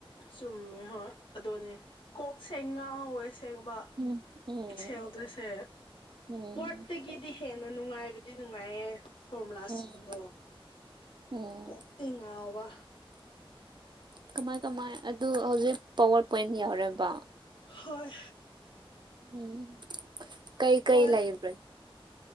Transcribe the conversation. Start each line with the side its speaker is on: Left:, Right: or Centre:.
Left: ꯆꯨꯝꯃꯦ ꯍꯣꯏ ꯑꯗꯨꯅꯦ ꯀꯣꯛ ꯁꯦꯡ ꯉꯥ ꯍꯧꯋꯦ ꯁꯦꯡꯕ
Right: ꯎꯝ ꯎꯝ
Left: ꯏꯆꯦꯜ ꯑꯗꯨꯗꯣꯏꯁꯦ
Right: ꯎꯝ
Left: ꯋꯥꯔꯠꯇꯒꯤꯗꯤ ꯍꯦꯟꯅ ꯅꯨꯡꯉꯥꯏꯕꯗꯤ ꯅꯨꯡꯉꯥꯏꯌꯦꯦ ꯐꯣꯔꯃꯨꯂꯥꯁꯤꯡꯗꯣ
Right: ꯎꯝ ꯎꯝ
Left: ꯀꯣꯛꯇꯤ ꯉꯥꯎꯕ
Right: ꯀꯃꯥꯏ ꯀꯃꯥꯏ ꯑꯗꯨ ꯍꯧꯖꯤꯛ ꯄꯋꯥꯔ ꯄꯣꯏꯟ ꯌꯥꯎꯔꯦꯕ
Left: ꯍꯣꯏ
Right: ꯎꯝ ꯀꯩ ꯀꯩ
Left: ꯀꯣꯏ
Right: ꯂꯩꯕ꯭ꯔꯦ